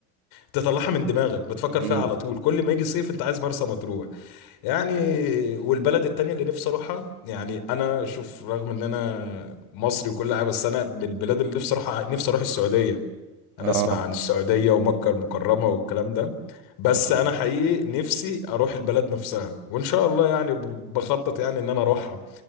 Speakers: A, on the left (about 55°); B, on the right (about 65°).
A: تطلعها من دماغك بتفكر
B: مم.
A: فيها على طول كل ما يجي صيف انت عايز مرسى مطروح يعني والبلد التانية اللي نفسي اروحها يعني انا شوف رغم ان انا مصري وكل حاجة بس انا من البلاد اللي نفسي اروحها نفسي اروح السعودية
B: اه
A: انا اسمع عن السعودية ومكة المكرمة والكلام ده بس
B: آه.
A: انا حقيقي نفسي اروح البلد نفسها وان شاء الله يعني ب- بخطط يعني ان انا اروحها